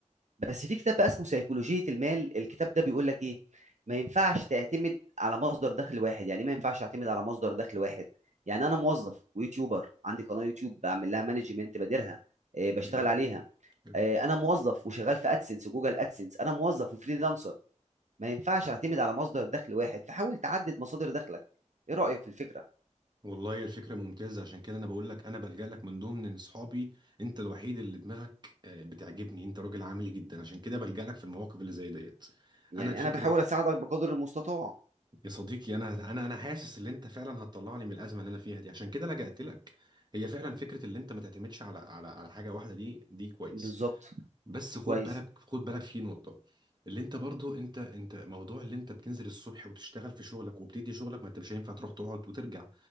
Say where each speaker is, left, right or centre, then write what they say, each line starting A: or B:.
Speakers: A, on the right (about 65°); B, on the right (about 35°).
A: بس في كتاب بقى اسمه سيكولوجيه المال الكتاب ده بيقول لك ايه ما ينفعش تعتمد على مصدر دخل واحد يعني إيه ما ينفعش اعتمد على مصدر دخل واحد يعني انا موظف ويوتيوبر عندي قناه يوتيوب بعمل لها مانجمنت بديرها آه، بشتغل
B: جميل
A: عليها
B: حلو.
A: آه، انا موظف وشغال في ادسنس وجوجل ادسنس انا موظف وفريلانسر ما ينفعش اعتمد على مصدر دخل واحد فحاول تعدد مصادر دخلك ايه رأيك في الفكرة
B: والله يا الفكرة ممتازة عشان كده انا بقول لك انا بلجأ لك من ضمن اصحابي انت الوحيد اللي دماغك آه، بتعجبني انت راجل عملي جدا عشان كده بلجأ لك في المواقف اللي زي ديت
A: يعني
B: انا الفكرة
A: انا بحاول اساعدك بقدر المستطاع
B: يا صديقي انا انا انا حاسس ان انت فعلا هتطلعني من الازمه اللي انا فيها دي عشان كده لجأت لك هي فعلا فكره اللي انت ما تعتمدش على على على حاجه واحده دي دي كويس
A: بالظبط
B: بس خد
A: كويس
B: بالك خد بالك في نقطه اللي انت برضو انت انت موضوع اللي انت بتنزل الصبح وتشتغل في شغلك وبتدي شغلك ما انت مش هينفع تروح تقعد وترجع